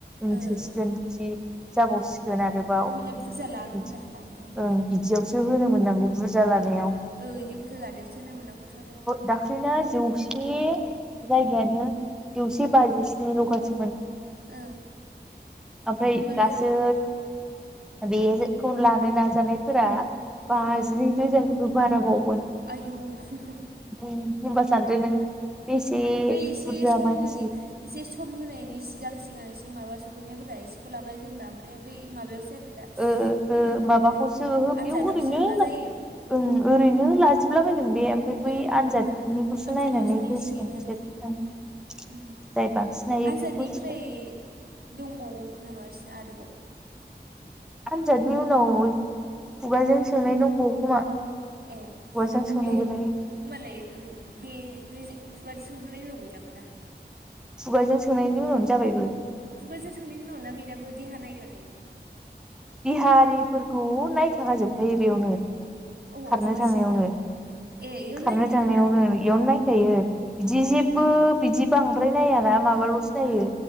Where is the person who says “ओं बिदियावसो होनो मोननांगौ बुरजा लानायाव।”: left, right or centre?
Centre